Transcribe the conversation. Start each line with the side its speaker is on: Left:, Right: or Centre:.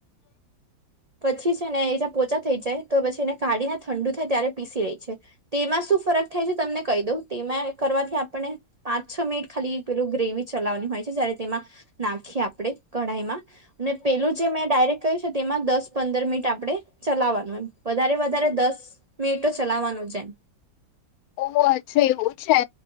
Right: પછી છે ને, એ જ પોચા થઇ જાય તો પછી એને કાઢીને ઠંડુ થાય ત્યારે પીસી લેય છે. તેમાં શું ફરક થાય છે તમને કહી દઉં. તેમાં કરવાથી આપણે પાંચ છ મિનિટ ખાલી એક પેલું ગ્રેવી ચલાવવાની હોય, છે જય્યારે તેમાં નાખીએ આપણેે કઢાઈમાં મેં પેલું જે મેં ડાયરેક્ટ કહ્યું છે તેમાં દસ પંદર મિનિટ આપડે ચલાવાનું એમ. વ વધારે વધારે દસ મિનિટ તો ચલાવાનું જ એમ.
Left: ઓ અચ્છા એવું છે,